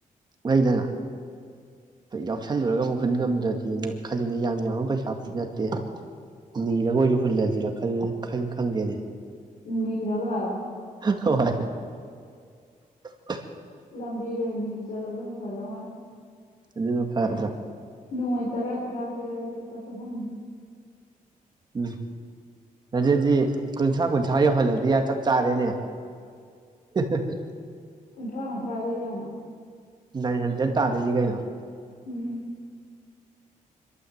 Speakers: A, on the right (about 30°); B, on the left (about 60°).
A: ꯂꯩꯗꯅ ꯌꯥꯎꯁꯜꯂꯨꯔꯒ ꯑꯃꯨꯛ ꯍꯨꯟ ꯉꯝꯗ꯭ꯔꯗꯤꯦꯅ ꯈꯜꯂꯤꯅꯦ ꯌꯥꯝ ꯌꯥꯝꯕ ꯄꯩꯁꯥ ꯅꯠꯇꯦ ꯅꯤꯔꯒ ꯑꯣꯏꯁꯨ ꯍꯨꯜꯂꯁꯤꯔꯥ ꯈꯜ ꯈꯪꯗꯦꯅꯦ
B: ꯃꯤꯔꯒ
A: ꯍꯣꯏ <unintelligible>
B: ꯂꯝꯕꯤꯗꯣꯏꯅꯤ ꯆꯠꯂꯣ ꯑꯗꯨꯝ ꯐꯗꯧ ꯃꯥꯜꯂꯦ
A: ꯑꯗꯨꯅ ꯐꯔꯗ꯭ꯔ
B: ꯅꯣꯡꯃꯩ ꯇꯔꯥ ꯇꯔꯥ ꯐꯤꯔꯖꯨ ꯂꯨꯄꯥ ꯆꯍꯨꯝ
A: ꯎꯝ ꯑꯗꯨꯗꯤ ꯀꯨꯟꯊ꯭ꯔꯥ ꯀꯨꯟꯊ꯭ꯔꯥ ꯌꯧꯍꯜꯂꯗꯤ ꯆꯞ ꯆꯥꯔꯦꯅꯦ ꯍ ꯍ ꯍ
B: ꯀꯨꯟꯊ꯭ꯔꯥ ꯀꯨꯟꯊ꯭ꯔꯥꯗꯤ ꯀꯌꯥꯅꯣ
A: ꯅꯥꯏꯟ ꯍꯟꯗ꯭ꯔꯦꯗ ꯇꯥꯗꯣꯏꯅꯤ ꯀꯩꯅꯣ
B: ꯎꯝ